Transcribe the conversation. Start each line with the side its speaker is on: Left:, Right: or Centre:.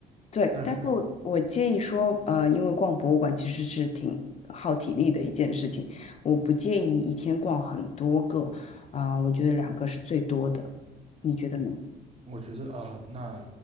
Left: 对，
Right: 但是
Left: 但是我我建议说，呃，因为逛博物馆其实是挺耗体力的一件事情，我不建议一天逛很多个，啊、我觉得两个是最多的，你觉得呢？
Right: 我觉得啊，那